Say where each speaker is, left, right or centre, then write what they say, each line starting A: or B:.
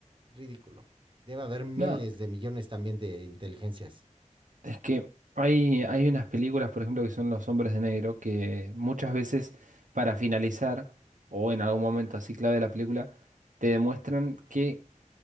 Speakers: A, on the right (about 40°); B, on the right (about 75°).
A: ridículo. Debe haber miles
B: No,
A: de millones también de inteligencias.
B: Es que hay, hay unas películas, por ejemplo, que son Los Hombres de Negro, que muchas veces para finalizar, o en algún momento así clave de la película, te demuestran que